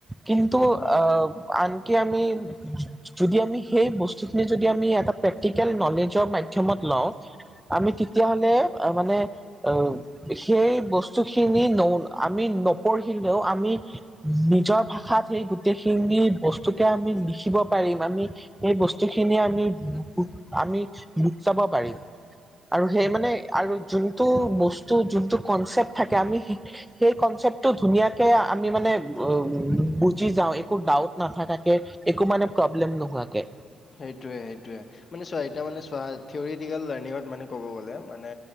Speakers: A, in the centre; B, on the left.
A: কিন্তু
B: অ
A: আহ আন কে আমি য য যদি আমি সেই বস্তুখিনি যদি আমি এটা পেক প্ৰেক্টিকেল নলেজৰ মাধ্যমত লওঁ আমি তেতিয়াহলে আহ মানে আ আ ও ও সেই বস্তুখিনি ন আমি নপঢ়িলেও আমি নিজৰ ভাষাত সেই গোটেইখিনি বস্তুকে আমি লিখিব পাৰিম আমি এই বস্তু খিনিই আমি লু কু আমি লুক চাব পাৰিম আৰু সেই মানে আৰু যোনটো বস্তু যোনটো কনচেপ্ট থাকে আমি শিক সেই কনচেপ্টটো ধুনীয়াকে আ আমি মানে ব উ উ উ উ বুজি যাওঁ একো ডাউট নাথাকাকে একো মানে প্ৰব্লেম নোহোৱাকে
B: সেইটোৱে সেইটোৱে এহ্ মানে চোৱা এতিয়া মানে চোৱা থিয়ৰিটিকেল লাৰ্ণিঙত মানে কব গলে মানে